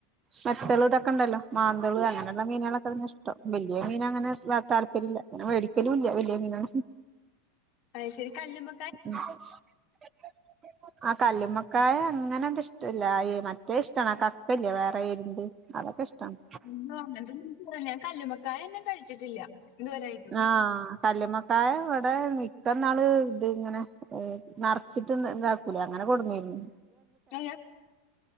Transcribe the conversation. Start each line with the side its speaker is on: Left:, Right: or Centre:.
Right: മെത്തള് ഇതൊക്കെ ണ്ടല്ലോ, മാന്തൾ അങ്ങനെയുള്ള മീനുകളൊക്കെ തന്നെ ഇഷ്ടം, വലിയ മീന് അങ്ങനെ താല്പര്യല്ല ന്നെ വേടിക്കലുല്ല. വല്ല്യ മീ <unintelligible> നൊ
Left: അഹ് ശരി. കല്ലുമ്മ
Right: <inaudible> ആഹ് കല്ലുമ്മക്കായ അങ്ങനെണ്ട് ഇഷ്ടല്ല. മറ്റേ ഇഷ്ടണ് ആ കപ്പ്ല്ലേ വേറെ എരുന്ത്. അതൊക്ക ഇഷ്ട്ടാണ്.
Left: <inaudible> ഞാൻ കല്ലുമക്കായ എന്നെ കഴിച്ചിട്ടില്ല ഇതുവരായിട്ടും
Right: ആഹ് കല്ല്മക്കായ ഇവിടെ മിക്കന്നാള് ഇത് ഇങ്ങനെ മ് നറച്ചിട്ട് ഇതാക്കൂലെ അങ്ങനെ കൊടുന്നയാരിന്ന്
Left: <unintelligible>